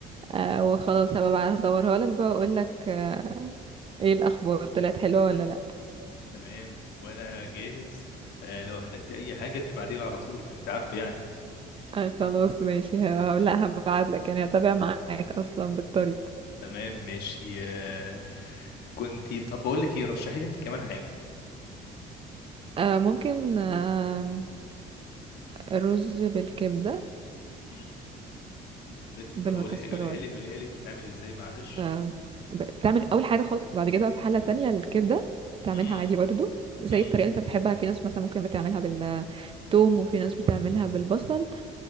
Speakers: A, on the right; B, on the left.
A: آه وخلاص هبقى بقى هصورها لك بقى واقول لك آه ايه الاخبار طلعت حلوة ولا لا
B: تمام وأنا جاهز آه، لو احتجت أي حاجة تبعتيلي على طول أنت عارفة يعني
A: آه خلاص ماشي ه- لا هبعت لك يعني هتابع معاك اصلا بالطريقة
B: تمام ماشي آه، كنت طب بقول لك إيه رشحي لي أنت كمان حاجة
A: آه ممكن آه رز بالكبدة
B: مم. بت...
A: بالمكسرات
B: طب قوليها قوليها لي قوليها لي بتتعمل إزاي معلش
A: آه، ب- بتعمل اول حاجه خالص بعد كده في حله تانية الكبده بتعملها
B: مم.
A: عادي برضو زي
B: مم.
A: الطريقه اللي انت بتحبها في ناس مثلا ممكن بتعملها بالثوم وفي ناس بتعملها بالبصل